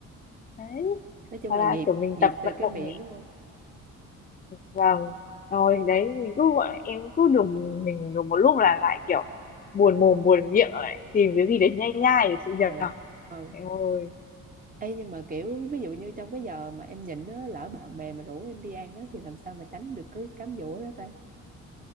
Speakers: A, on the left; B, on the right.
A: đấy
B: nói chung
A: hoặc
B: là
A: là
B: nghiệp
A: kiểu mình
B: nghiệp
A: tập vận
B: từ cái
A: động
B: miệng đúng không
A: vâng rồi đấy mình cứ gọi em cứ đùng mình đùng một lúc là lại kiểu buồn mồm buồn miệng lại tìm cái gì để nhai nhai để chị
B: ờ
A: nhờ
B: ờ
A: Ôi,
B: Ê, nhưng mà kiểu ví dụ như trong cái giờ mà em nhịn á lỡ bạn bè mà rủ em đi ăn á thì làm sao mà tránh được cái cám dỗ đó ta